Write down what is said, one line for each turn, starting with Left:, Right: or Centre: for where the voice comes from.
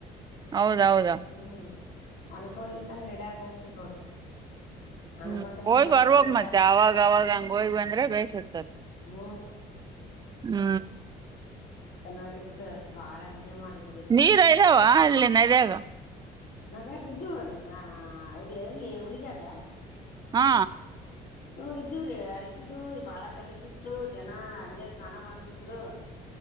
Right: ಹೌದ ಹೌದ.
Left: ಹ್ಮ ಅನ್ಕೊಂಡಲಿದ್ದಂಗ ರೆಡ ಆಗ ಹೋಗ್ಬಿಟ್ಟನ ನೋಡ್ರಿ. ಅನ್ಕೊಂಡೆ
Right: ಹ್ಮ ಹೋಗಿ
Left: ಇಲ್ಲ
Right: ಬರ್ಬೇಕ
Left: ಹಂಗೆ ರೆಡಿ
Right: ಮತ್ತೆ
Left: ಆಗ್ಬಿಟ್ರಿ
Right: ಅವಾಗ ಅವಾಗ ಹಂಗ ಹೋಗ ಬಂದ್ರೆ ಬೇಷ್ ಇರ್ತತಿ.
Left: ಹ್ಮ
Right: ಹ್ಮ
Left: <inaudible> ಚೆನ್ನಾಗಿರ್ತ ಬಾಳ ಎಂಜಾಯ್ ಮಾಡಿದ.
Right: ನೀರ ಇದಾವ ಅಲ್ಲಿ ನದ್ಯಾಗ
Left: ನದಾಗ ಇದ್ದುವ್ರೀ ನಾ ಅದ ಎಲ್ಲಿ ಹುಲ್ಗ್ಯಾಗ
Right: ಹಾ
Left: ಹ್ಮ ಇದ್ದರೀ ಯ ರೀತಿದ್ದು ಬಾಳ ಗಲೀಜ ಇತ್ತು ಜನ ಹಂಗೆ ಸ್ನಾನ ಮಾಡ್ತಿದ್ರು. <inaudible>